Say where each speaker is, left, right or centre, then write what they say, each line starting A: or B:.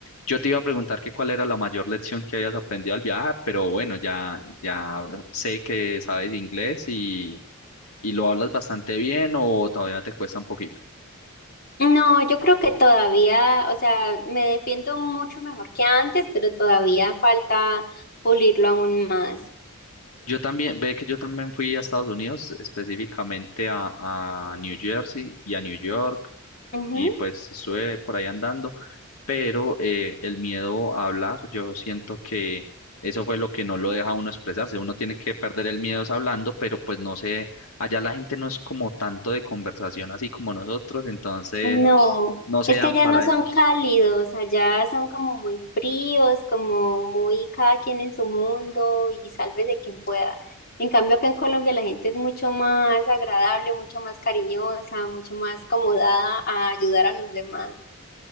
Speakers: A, on the left; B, on the left.
A: yo te iba a preguntar que cuál era la mayor lección que habías aprendido al viajar, pero bueno, ya, ya sé que sabes inglés y, y lo hablas bastante bien o todavía te cuesta un poquito.
B: No, yo creo que todavía, o sea, me defiendo mucho mejor que antes, pero todavía falta pulirlo aún más.
A: Yo también, ve que yo también fui a Estados Unidos, específicamente a, a New Jersey y a New York
B: Ujú.
A: y pues estuve por ahí andando, pero eh, el miedo a hablar, yo siento que eso fue lo que no lo deja a uno expresarse, uno tiene que perder el miedo es hablando, pero pues no sé, allá la gente no es como tanto de conversación así como nosotros, entonces
B: No,
A: no se
B: es
A: dan
B: que allá
A: para
B: no son
A: eso.
B: cálidos, allá son como muy fríos, como muy cada quien en su mundo y sálvese quien pueda. En cambio, acá en Colombia la gente es mucho más agradable, mucho más cariñosa, mucho más acomodada a ayudar a los demás.